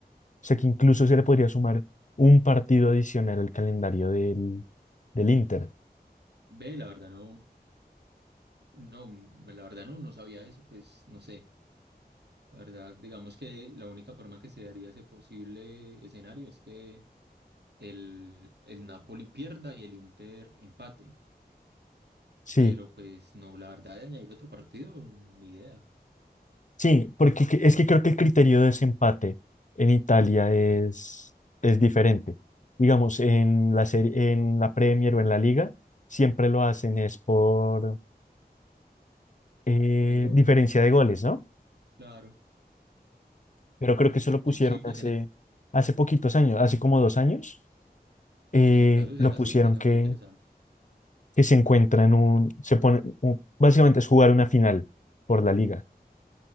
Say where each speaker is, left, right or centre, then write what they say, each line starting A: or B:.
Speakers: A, on the left (about 45°); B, on the right (about 85°).
A: O sea que incluso se le podría sumar un partido adicional al calendario del, del Inter.
B: Ve, la verdad no, no, la verdad no, no sabía eso, pues no sé. La verdad, digamos que la única forma que se daría ese posible escenario es que el, el Napoli pierda y el Inter empate.
A: Sí,
B: Pero pues no, la verdad de añadir otro partido, ni idea.
A: sí, porque que- es que creo que el criterio de desempate en Italia es, es diferente. Digamos, en la serie, en la Premier o en la Liga, siempre lo hacen es por eh,
B: Por el gol,
A: diferencia de goles, ¿no?
B: claro.
A: Pero creo que eso lo pusieron
B: Sí, sí, pues
A: hace,
B: en el,
A: hace poquitos años, hace como dos años, eh,
B: pues en el caso de
A: lo
B: ser así,
A: pusieron
B: sería
A: que,
B: muy interesante.
A: que se encuentran un, se pone, un- básicamente es jugar una final por la liga.